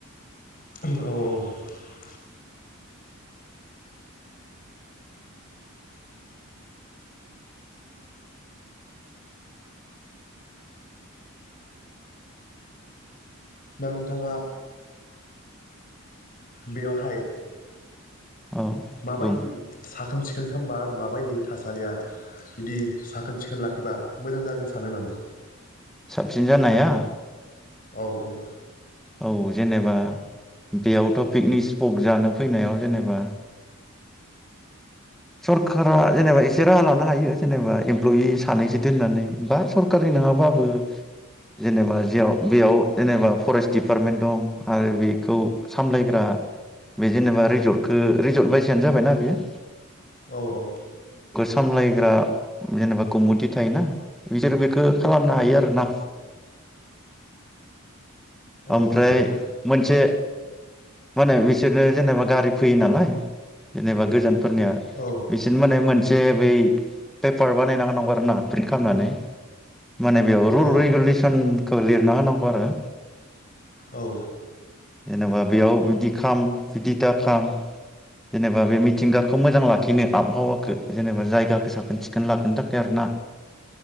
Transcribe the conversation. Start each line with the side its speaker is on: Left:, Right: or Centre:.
Left: औ औ दा नोंथाङा बेवहाय
Centre: औ
Left: माबायदि
Centre: बुं
Left: सा साखोन सिखोन खालामबा आरो माबायदि थासारिया बिदि साखोन सिखोन लाखिबा मोजां जागोन सानो नामा
Centre: साबसिन जानाया
Left: औ औ
Centre: औ जेनेबा बेयावथ पिकनिक स्पक जानो फैनायाव जेनेबा सरकारा जेनेबा एसे राहा लानो हायो जेनेबा इमप्लय सानैसो दोननानै बा सरकारि नङाबाबो जेनेबा जेयाव बेयाव जेनेबा फरेस्ट डिपार्टमेन्ट दं आरो बेखौ सामलायग्रा बे जेनेबा रिजर्टखौ रिजर्ट बायसयानो जाबायना बियो
Left: औ औ।
Centre: सामलायग्रा जेनेबा कमिटि थायोना बिसोर बेखौ खालामनो हायो आरो ना। ओमफ्राय
Left: औ हायो हायो
Centre: मोनसे माने बिसोरनो जेनेबा गारि फैयो नालाय, जेनेबा गोजान फोरनिया
Left: औ
Centre: बिसोरनो माने मोन जे बै पेपार बानायना होनांगौ आरो ना प्रिन्ट खालामनानै। माने बेयाव रुल
Left: औ
Centre: रेगुलेसन लिरना होनांगौ आरो।
Left: औ।
Centre: जेनेबा बेयाव बिदि खाम, बिदिथा खाम, जेनेबा बे मिथिंगाखौ मोजां लाखिनो आबहावाखौ जेनेबा जायगाखौ साखोन सिखोन लाखिनो थाखाय आरोना।